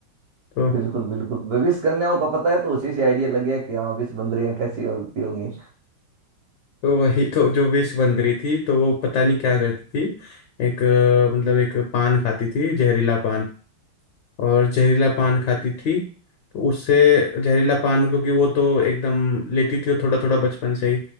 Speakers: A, on the left; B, on the right.
A: तो
B: बिल्कुल बिल्कुल विष कन्याओं का पता है तो उसी से आइडिया लग गया कि हाँ विष बंदरियां कैसी होती होंगी
A: तो वही तो जो विष बंदरी थी तो वो पता नहीं क्या करती थी एक अ, मतलब एक पान खाती थी जहरीला पान और जहरीला पान खाती थी तो उससे जहरीला पान क्योंकि वो तो एकदम लेती थी वो थोड़ा थोड़ा बचपन से ही